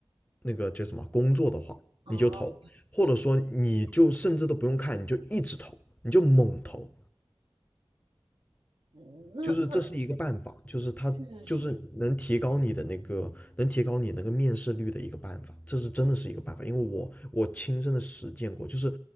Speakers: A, on the left; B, on the right.
A: 那个叫什么工作的话，
B: 哦，
A: 你就投，或者说你就甚至都不用看，你就一直投，你就猛投，
B: 嗯那
A: 就是这是一个办法，就是它就是能提高你的那个，
B: 确实，
A: 能提高你那个面试率的一个办法，这是真的是一个办法，因为我我亲身的实践过，就是